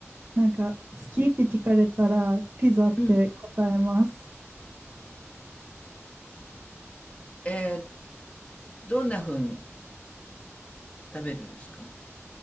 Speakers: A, on the right; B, on the left.
A: なんか、好きって聞かれたら、ピザって答えます。
B: うん、えーどんな風に食べるんですか